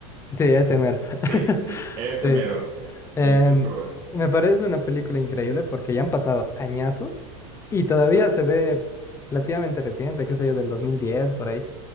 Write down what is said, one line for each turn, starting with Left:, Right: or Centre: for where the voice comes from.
Left: Sí, ese mero. <laughs>
Right: Sí, sí, ese
Left: Sí.
Right: mero. eh, sí,
Left: Em,
Right: súper bueno.
Left: me parece una película increíble porque ya han pasado añazos y todavía
Right: Ajá,
Left: se ve relativamente reciente, qué sé yo, del 2010, por ahí.